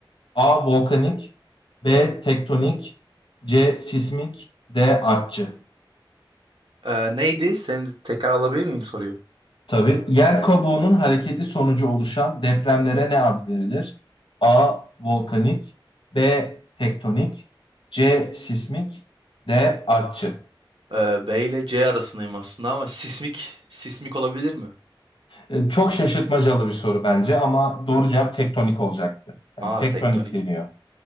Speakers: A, on the left; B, on the right.
A: A. Volkanik B. Tektonik C. Sismik D. Artçı
B: Eee, neydi? Seni tekrar alabilir miyim soruyu?
A: Tabii. Yer kabuğunun hareketi sonucu oluşan depremlere ne ad verilir? A. Volkanik B. Tektonik C. Sismik D. Artçı
B: Ee, B ile C arasındayım aslında ama sismik sismik olabilir mi?
A: Ee, Çok şaşırtmacalı bir soru bence ama doğru cevap tektonik olacaktı. Yani
B: Aa
A: tektonik
B: tektonik.
A: deniyor.